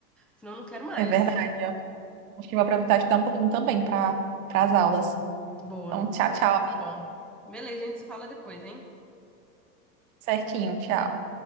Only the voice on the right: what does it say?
É verdade. ó. Acho que vou aproveitar de dar um pouquinho também para as aulas.
Então, tchau,
tchau.
Certinho, tchau.